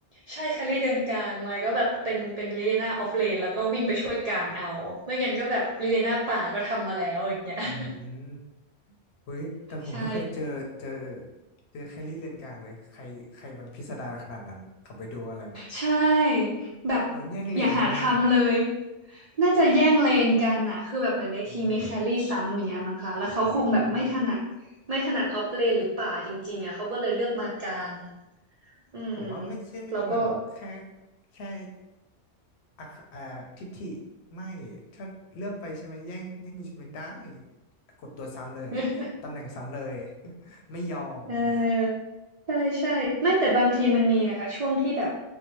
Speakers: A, on the right (about 85°); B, on the left (about 65°).
A: ใช่แคลรี่เดินกลางไม่ก็แบบเป็นเป็นลิเลนาออฟเลนแล้วก็วิ่งไปช่วยกลางเอาไม่งั้นก็แบบลิเลนาป่าก็ทำมาแล้วอย่างเงี้ย <laughs>
B: อืมหุยแต่ผมไม่เคยเจอเจอ
A: ใช่
B: เจอแครี่เลนกลางเลย ใครใครมันพิสดารขนาดนั้นเขาไปดูอะไรมา
A: ใช่แบบ
B: โดนแย่งเลนใช่ไหมน่ะ
A: อย่าหาทำเลยน่าจะแย่งเลนกันน่ะคือแบบเหมือนในทีมมีแครี่ซ้ำอย่างเงี้ยมั้งคะแล้วเขาคงแบบไม่ถนัด
B: <laughs> อืมอืม
A: ไม่ถนัดออฟเลนหรือป่าจริงๆอ่ะเขาก็เลยเลือกมากลางอืม
B: ผมว่าไม่ใช่ไม่ถนัดหรอกแค่
A: เราก็
B: แค่อักอ่าทิฐิไม่ ถ้าเลือกไปใช่ไหมแย่งแย่งกูใช่ไหมได้ กดตัวซ้ำเลย
A: <laughs>
B: ตำแหน่งซ้ำเลย <laughs> ไม่ยอมเลย
A: เออใช่ใช่ไม่แต่บางทีมันมีนะคะช่วงที่แบบ